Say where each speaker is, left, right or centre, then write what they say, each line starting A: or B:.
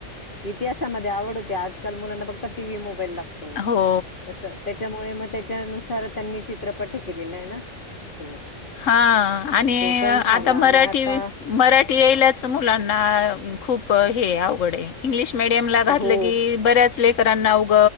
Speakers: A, on the left; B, on the left.
A: इतिहासामध्ये आवड होते आजकाल मुलांना फक्त टीव्ही मोबाईल लागतो
B: हो
A: असं त्याच्यामुळे मग त्याच्यानुसार त्यांनी चित्रपट केलेला आहे ना तो
B: हा आणि
A: तो पण झाला
B: आता मराठी
A: आणि आता
B: मराठी यायलाच मुलांना खूप हे आव इल मडयमला घात
A: हो
B: की बऱ्याच लेकरांना उ